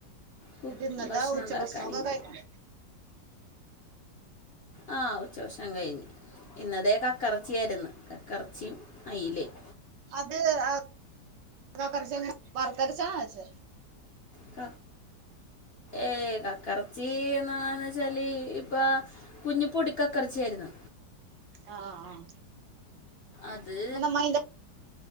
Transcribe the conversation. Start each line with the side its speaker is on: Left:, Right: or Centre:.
Left: കു-
Right: എന്നിട്ട് ഇന്നത്തെ
Left: ഭക്ഷണം
Right: ഉച്ച
Left: ഉണ്ടാക്കാൻ
Right: ഭക്ഷണൊക്കെ
Left: ഇത്
Right: കഴിഞ്ഞാ
Left: ആ ഉച്ചഭക്ഷണം കഴിഞ്ഞ് ഇന്ന് ദേ കക്കറച്ചിയായിരുന്നു കക്കറച്ചിയും അയിലയും
Right: അത് ആ കക്കറച്ചി എങ്ങനെ വറത്തരച്ചാണോ വെച്ച
Left: ക ഏയ് കക്കറച്ചി എന്നാ പറഞ്ഞ് വെച്ചാല് ഇപ്പൊ കുഞ്ഞി പൊടിക്കക്കറച്ചി ആയിരുന്നു
Right: ആ ആഹ്
Left: അത്
Right: അപ്പൊ നമ്മ അയിന്റെ